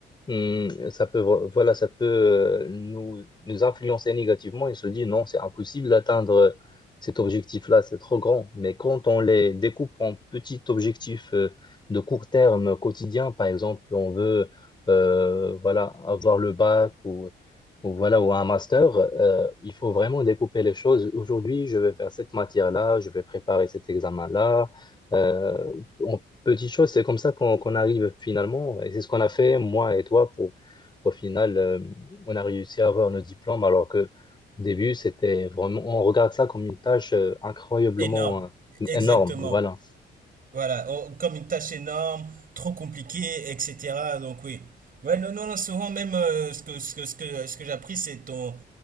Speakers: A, on the left (about 20°); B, on the right (about 45°).
A: hum, ça peut, vo- voilà, ça peut euh, nous, nous influencer négativement et se dire non, c'est impossible d'atteindre cet objectif-là, c'est trop grand. Mais quand on les découpe en petits objectifs, euh, de court terme quotidien. Par exemple, on veut euh, voilà, avoir le bac ou, ou voilà, ou un master. euh, il faut vraiment découper les choses. Aujourd'hui, je vais faire cette matière-là, je vais préparer cet examen-là. Euh, en petites choses, c'est comme ça qu'on qu'on arrive finalement. Et c'est ce qu'on a fait, moi et toi, pour au final, euh, on a réussi à avoir nos diplômes alors que au début, c'était vraiment, on regarde ça comme une tâche euh, incroyablement
B: Énorme,
A: euh,
B: exactement.
A: énorme. Voilà.
B: Voilà, oh, comme une tâche énorme, trop compliquée, etc. Donc oui. Ouais, non, non, non, souvent même euh, ce que, ce que, ce que, ce que j'ai appris, c'est ton,